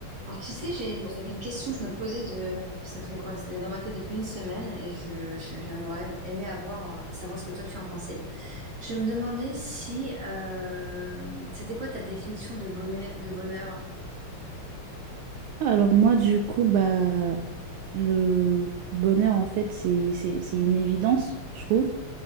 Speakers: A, on the right (about 50°); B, on the right (about 80°).
A: Alors, tu sais, j'ai- j'avais une question que je me posais de, ça fait quoi? Ça est dans ma tête depuis une semaine et je, je- j'aurais aimé avoir, euh, savoir ce que toi tu en pensais. Je me demandais si, euh, c'était quoi ta définition de bonheur, de bonheur?
B: Alors moi, du coup, bah, le bonheur, en fait, c'est, c'est, c'est une évidence, je trouve,